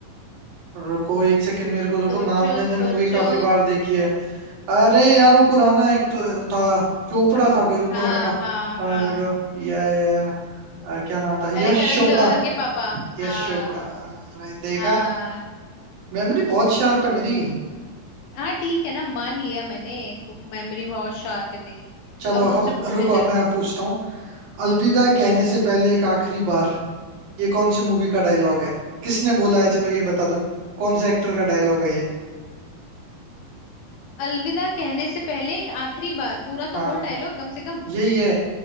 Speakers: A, on the right (about 65°); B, on the left (about 75°).
A: रुको एक सेकंड मेरे को रुको
B: सोचो
A: नाम मैंने
B: सोचो
A: मूवी काफी बार देखी है अरे यार वो पुराना एक्टर था चोपड़ा था कोई रुको
B: हाँ
A: मेरे को ना
B: हाँ
A: हाँ,
B: हाँ
A: रुको, या या आ, क्या नाम था यश
B: अरे करण
A: चोपड़ा
B: जौहर के पापा
A: यश
B: हाँ
A: चोपड़ा अरे, देखा
B: हाँ
A: मेमोरी बहुत शार्प है मेरी
B: हाँ ठीक है ना मान लिया मैंने मेमोरी बहुत शार्प है तेरी
A: चलो
B: अब मुझसे
A: अब
B: पूछ
A: रुको
B: ले चल
A: मैं पूछता हूँ अलविदा कहने से पहले एक आखिरी बार ये कौन सी मूवी का डायलॉग है किसने बोला है चलो ये बता दो कौन से एक्टर का डायलॉग है ये
B: अलविदा कहने से पहले एक आखिरी बार पूरा
A: हाँ
B: तो बोल डायलॉग कम से कम
A: यही है